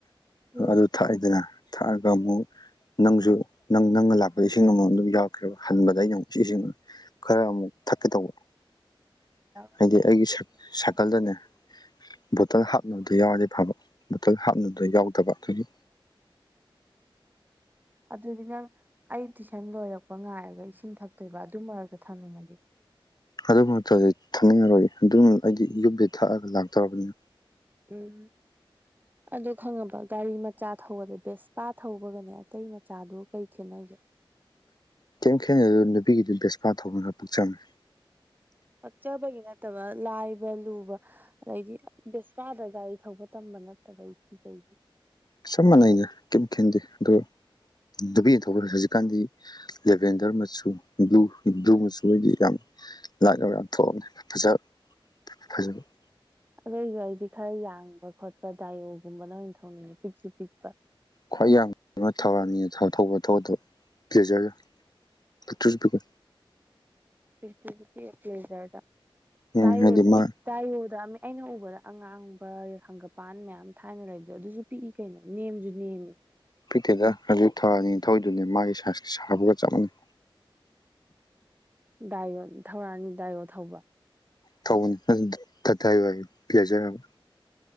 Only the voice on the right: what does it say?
ꯎꯝ
ꯌꯥꯎꯔꯛꯀꯦ
ꯌꯥꯎꯔꯛꯀꯦ
ꯍꯦꯛꯇ
ꯀꯥꯎꯔꯣꯏ
ꯎꯝ
ꯑꯗꯨꯗꯤ ꯅꯪ ꯑꯩ ꯇꯨꯏꯁꯟ ꯂꯣꯏꯔꯛꯄ ꯉꯥꯏꯔꯒ ꯏꯁꯤꯡ ꯊꯛꯇꯣꯏꯕ ꯑꯗꯨꯏ ꯃꯔꯛꯇ ꯊꯝꯅꯤꯡꯉꯗꯤ
ꯎꯝ <inaudible> <inaudible> ꯑꯗꯨ ꯈꯪꯉꯕ ꯒꯥꯔꯤ ꯃꯆꯥ ꯊꯧꯕꯗꯨ ꯕꯦꯁꯄꯥ ꯊꯧꯕꯒꯅꯦ ꯑꯇꯩ ꯃꯆꯥꯗꯨ ꯀꯩ ꯈꯦꯠꯅꯒꯦ
ꯍꯛꯆꯕꯒꯤ ꯅꯠꯇꯕ ꯂꯥꯏꯕ ꯂꯨꯕ ꯑꯗꯩꯗꯤ ꯕꯦꯁꯄꯥꯗ ꯒꯥꯔꯤ ꯊꯧꯕ ꯇꯝꯕ ꯅꯠꯇꯕ ꯑꯩ ꯀꯤꯖꯩ
ꯑꯗꯨ ꯒꯥꯔꯤꯗꯤ ꯈꯔ ꯌꯥꯡꯕ ꯈꯣꯠꯄ ꯗꯥꯏꯑꯣꯒꯨꯝꯕꯅ ꯊꯧꯅꯤꯡꯉꯦ ꯄꯤꯛꯁꯨ ꯄꯤꯛꯄ
ꯄꯤꯛꯇ꯭ꯔꯨꯁꯨ ꯄꯤꯛꯏ ꯄ꯭ꯂꯦꯖꯔꯗ
ꯗꯥꯏꯌꯣꯗꯤ
ꯄꯤꯛ ꯗꯥꯏꯌꯣꯗ ꯑꯃ ꯑꯩꯅ ꯎꯕꯗ ꯑꯉꯥꯡꯕ ꯍꯪꯒꯄꯥꯟ ꯃꯌꯥꯝ ꯊꯥꯏꯅ ꯂꯩꯕꯗꯣ ꯑꯗꯨꯁꯨ ꯄꯤꯛꯏ ꯀꯩꯅꯣ ꯅꯦꯝꯁꯨ ꯅꯦꯝꯃꯤ
ꯗꯥꯏꯌꯣ ꯊꯧꯔꯛꯑꯅꯤ ꯗꯥꯏꯌꯣ ꯊꯧꯕ꯭ꯔꯥ꯫